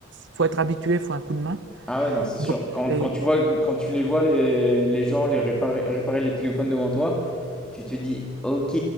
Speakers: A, on the right; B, in the centre.
A: faut être habitué, il faut un coup de main.
B: Ah ouais, non, c'est sûr.
A: Donc,
B: Quand,
A: je
B: quand tu vois, quand tu les vois, les, les gens les réparer, réparer les téléphones devant toi, tu te dis, ok,